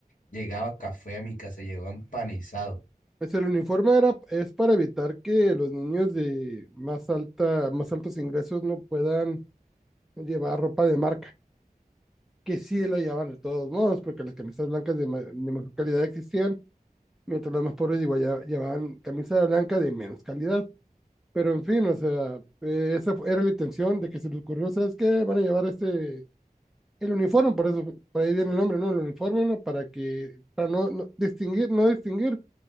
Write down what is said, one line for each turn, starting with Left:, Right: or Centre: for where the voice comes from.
Left: Llegaba café a mi casa, llegaba empanizado.
Centre: Pues el uniforme era, es para evitar que los niños de más alta, más altos ingresos no puedan llevar ropa de marca, que sí lo llevaban de todos modos, porque las camisas blancas de, ma- de mejor calidad existían, mientras los más pobres igual ya- llevaban camisa blanca de menos calidad. Pero en fin, o sea, eh, esa fu- era la intención de que se les ocurrió, ¿sabes qué? Van a llevar este, el uniforme, por eso, por ahí viene el nombre, ¿no? El uniforme, ¿no? Para que, para no, no distinguir, no distinguir